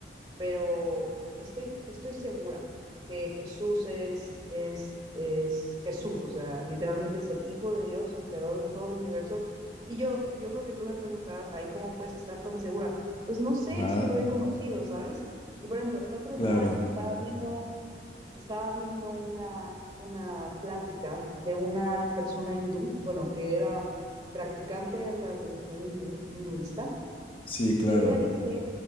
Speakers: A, on the right; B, on the left.
A: pero estoy, estoy segura que Jesús es, es, es Jesús, o sea, literalmente es el Hijo de Dios, el creador de todo el universo. Y yo, yo creo que tú me preguntarás, ¿ahí cómo puedes estar tan segura? Pues no sé,
B: ajá,
A: es que lo he conocido, ¿sabes? Y por ejemplo, el otro
B: claro.
A: día estaba viendo... Estaba viendo una, una plática de una persona hindú, bueno, que era practicante de la religión hindú, hinduista,
B: Sí, claro.
A: y ella dice,